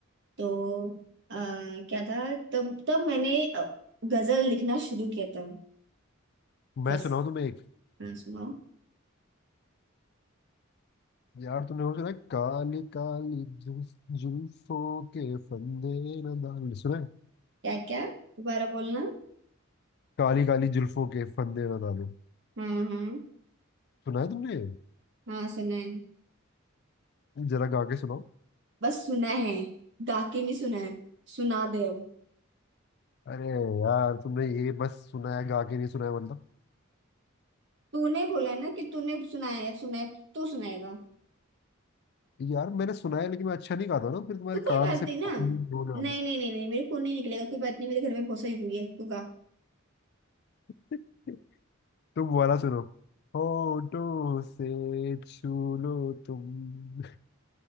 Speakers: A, on the right (about 60°); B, on the left (about 50°).
A: तो अ, क्या था तब तब मैंने अ, गजल लिखना शुरू किया था
B: मैं
A: फर्स्ट
B: सुनाऊँ तुम्हें एक
A: हाँ सुनाओ
B: यार तूने वो सुना है? काली काली जुल्फ जुल्फों के फंदे न डालो सुना है
A: क्या क्या दोबारा बोलना
B: काली काली जुल्फों के फंदे न डालो
A: हाँ हाँ
B: सुना है तुमने
A: हाँ सुना है
B: जरा गा के सुनाओ
A: बस सुना है गा के नहीं सुना है सुना दे अब
B: अरे यार तुमने ये बस सुना है गा के नहीं सुना है मतलब
A: तूने बोला है ना कि तूने सुनाया है सुना है तू सुनाएगा
B: यार मैंने सुना है लेकिन मैं अच्छा नहीं गाता ना फिर तुम्हारे
A: तो कोई
B: कान
A: बात नहीं
B: से
A: ना
B: खून
A: नहीं
B: बोला
A: नहीं नहीं नहीं मेरे खून नहीं निकलेगा कोई बात नहीं मेरे घर में बहुत सारी रुई है तू गा
B: <laughs> तुम वाला सुनो होठों से छू लो तुम